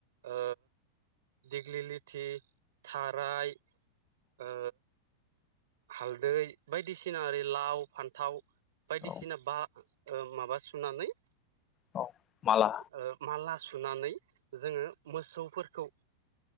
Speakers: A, on the right (about 75°); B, on the left (about 30°).
A: ओ दिग्लि लिथि थाराय ओ हालदै बायदिसिना ओरै लाव फान्थाव बायदिसिना
B: औ
A: बा माबा सुनानै
B: औ माला
A: ओ माला सुनानै जोङो मोसौफोरखौ